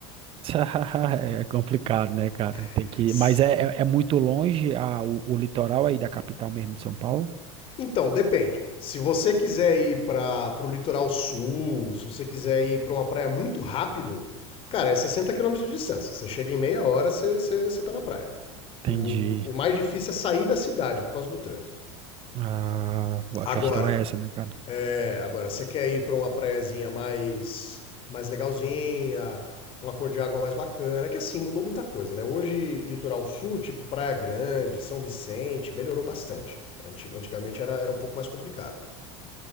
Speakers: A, on the right (about 35°); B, on the left (about 35°).
A: <laughs> É complicado, né, cara?
B: <laughs>
A: Tem que, mas é, é, é muito longe a, o, o litoral aí da capital mesmo de São Paulo?
B: Então, depende. Se você quiser ir para o litoral sul, se você quiser ir para uma praia muito rápido, cara, é 60 quilômetros de distância. Você chega em meia hora, você, você, você tá na praia.
A: Entendi.
B: O, o mais difícil é sair da cidade por causa do trânsito.
A: Ah,
B: Agora,
A: a questão é essa, né, cara?
B: é, agora você quer ir para uma praiazinha mais, mais legalzinha, uma cor de água mais bacana, que assim, mudou muita coisa, né? Hoje, litoral sul, tipo Praia Grande, São Vicente, melhorou bastante. Anti- Antigamente era, era um pouco mais complicado.